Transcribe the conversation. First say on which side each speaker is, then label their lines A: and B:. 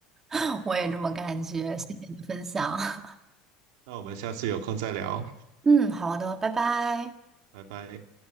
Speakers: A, on the right (about 20°); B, on the right (about 80°).
A: <laughs> 我也这么感觉，谢谢你的分享。<laughs>
B: 那我们下次有空再聊，
A: 嗯，好的，拜拜。
B: 拜拜。